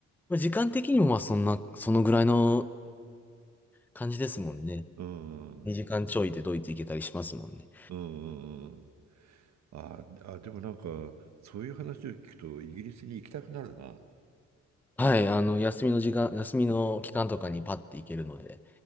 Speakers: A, in the centre; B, on the right.
A: まあ、時間的にも、まあ、そんな、そのぐらいの感じですもんね。
B: うんうん
A: 2時間ちょいでドイツ行けたりしますもんね。
B: うんうんうん。ああ、でもなんか、そういう話を聞くと、イギリスに行きたくなるな。
A: はい、あの、休みの時間、休みの期間とかにパッて行けるので、